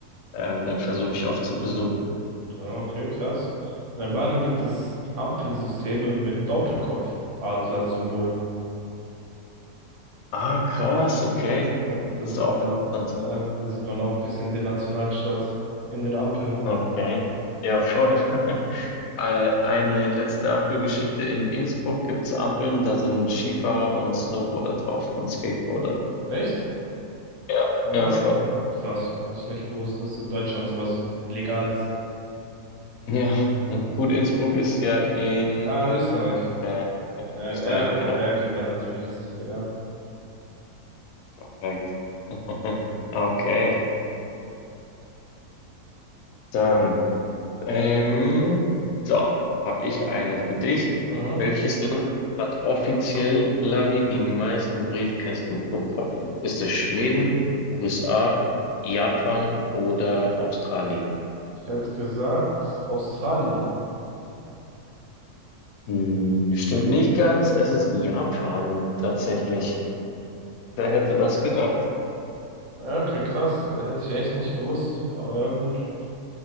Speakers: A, on the left; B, on the right.
A: ähm, den versuche ich oft zu besuchen.
B: Ah, Okay, krass. In Albanien gibt es Ampelsysteme mit Doppelkopfadler-Symbolen.
A: Ah, krass, okay.
B: Ah, Da
A: Das
B: sieht
A: ist auch
B: man
A: interessant.
B: dann, äh, da sieht man auch ein bisschen den Nationalstolz in den Ampeln.
A: Okay. Ja, voll. <laughs> Ei- Eine letzte Ampelgeschichte. In Innsbruck gibt's Ampeln, da sind Skifahrer und Snowboarder drauf und Skateboarder.
B: Echt?
A: Ja,
B: Ja,
A: ja,
B: krass.
A: voll.
B: Krass. Hätte ich nicht gewusst, dass in Deutschland sowas legal ist.
A: Ja, <laughs> gut, Innsbruck ist ja in,
B: Ah, Österreich.
A: äh, in
B: Ja,
A: Österreich,
B: ja, okay,
A: genau.
B: ja, okay, dann natürlich ist es legal.
A: Perfekt. <laughs> Okay, dann, ähm, so, habe ich eine für dich.
B: Mhm.
A: Welches Land hat offiziell, Lavi, die meisten Briefkästen pro Kopf? Ist es Schweden, USA, Japan oder Australien?
B: Ich hätte gesagt, Australien.
A: Hm, stimmt nicht ganz, es ist Japan tatsächlich.
B: Japan.
A: Wer hätte das gedacht?
B: Ja, Okay, krass. Hätte ich echt nicht gewusst. Aber ja, gut.